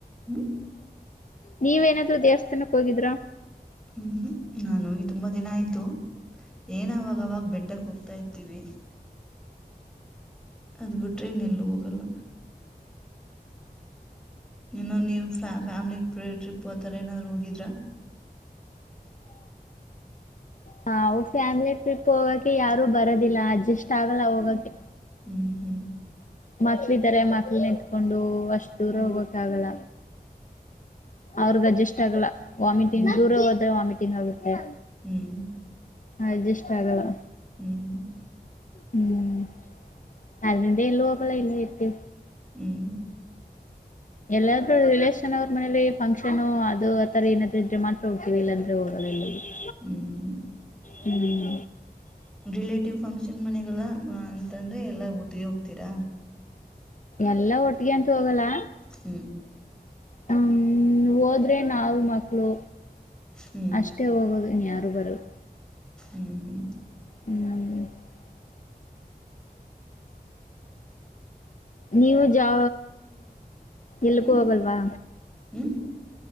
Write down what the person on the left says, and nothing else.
ನೀವೇಏನಾದೂ ದೇವಸ್ಥಾನಕ್ಕೆ ಹೋಗಿದ್ರ.
ಹ -ಫ್ಯಾಮಿಲಿ ಟ್ರಿಪ್ ಹೋಗಕ ಯಾರು ಬರೋದಿಲ್ಲ ಅಡ್ಜಸ್ಟ್ ಆಗಲ್ಲ ಹೋಗಕ್ಕೆ.
ಮಕ್ಳ ಇದಾರೆ ಮಕ್ಳ ನಿತ್ಕೊಂಡು ಅಷ್ಟ್ ದೂರ
ಹೋಗ್ಬೇಕಕ್ ಆಗಲ್ಲ. ಅವ್ರಗ್ ಅಜಸ್ಟ್ ಆಗಲ್ಲ ವಾಮಿಟಿಂಗ್
ದೂರ ಹೋದ್ರೆ ವಾಮಿಟಿಂಗ್ ಆಗುತ್ತೆ.
ಅಡ್ಜಸ್ ಆಗಲ್ಲ.
ಹ್ಮ್- ಅದ ಎಲ್ಲ ಹಬಳ ಇಲ್ಲತ್ತು
ಎಲ್ಲಾದೂ ರಿಲೇಶನ್ ಅವ್ರ ಮನೇಲಿ ಫಂಕ್ಷನ್ ಅದು ಆತರ ಏನಾದ್ ಇದ್ರೆ ಮಾತ್ರ ಹೋಗ್ತೀವಿ ಇಲ್ಲಾಂದ್ರೆ ಹೋಗ. ಹ <inaudible>
ಹ್ಮ್
ಎಲ್ಲಾ ಒಟ್ಟಿಗೆ ಅಂತ ಹೋಗಲ್ಲ.
ಹ್ಮ್ -ಹೋದ್ರೆ ನವು ಮಕ್ಳು.
ಅಷ್ಟೇ ಹೋಗೋದು ಇನ್ ಯಾರು ಬರದು.
ಹ್ಮ್ <inaudible> ನೀವು ಜಾ ಎಲ್ಕ್ಕೂ
ಹೋಗಲ್ವಾ.